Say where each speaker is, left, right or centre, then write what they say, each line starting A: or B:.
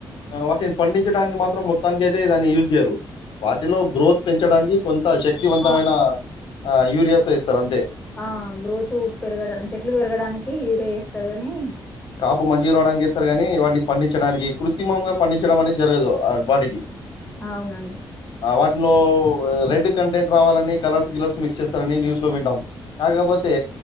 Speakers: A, on the left (about 75°); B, on the left (about 20°).
A: వాటిని పండించడానికి మాత్రం మొత్తానికి అయితే దాన్ని యూజ చేయరు. వాటిలో గ్రోత్ పెంచడానికి కొన్ త్త శక్తివంతమైన
B: ఆ
A: ఆ యురియాస్ ఏస్తారు అంతే.
B: ఆహ్ గ్రోత్ పెరగడాన్ చెట్లు పెరగడానికి యూరియా ఏస్తారు. కాని
A: కాపు మంచి రావడానికి ఏస్తారు. కానీ వాటిని పండి చడానికి కృత్రిమంగా పండించడం అనేది జరగదు. ఆహ్ వాటికి
B: అవునండి
A: అహ్ వాటిలో పూ రెడ్ కంటెంట్ రావాలని కలర్స్, గిలర్స్ మిక్స్ చేస్తారని న్యూస్ లో వింటాం. కాకపోతే